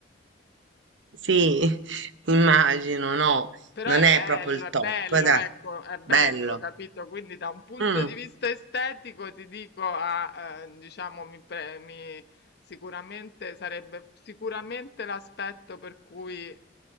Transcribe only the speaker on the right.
Sì, <laughs> immagino, no,
non
è
proprio il
top,
dai,
bello.
Mm,